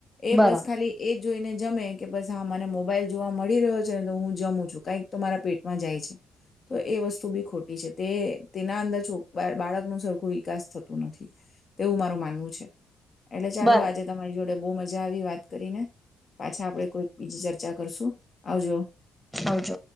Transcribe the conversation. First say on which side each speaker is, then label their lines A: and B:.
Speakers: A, on the left; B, in the centre.
A: એ
B: બરાબર
A: બસ ખાલી એજ જોઈને જમે કે બસ હા માને મોબાઈલ જોવા મળી રહ્યો છેને તો હું જમું છ કઈક તો મારા પેટમાં જાય છે તો એ વસ્તુ બી ખોટી છે તે તેના અંદરો બાળક ન સરખું વિકાસ થતું નથી તેવું મારું માનવું છે એટલે ચાલો
B: બર
A: આજે તમારી જોડે બહુ મજા આવી વાત કરીને પાછા આપડે કોઈક બીજી ચર્ચા કરશું આવજો
B: આવજો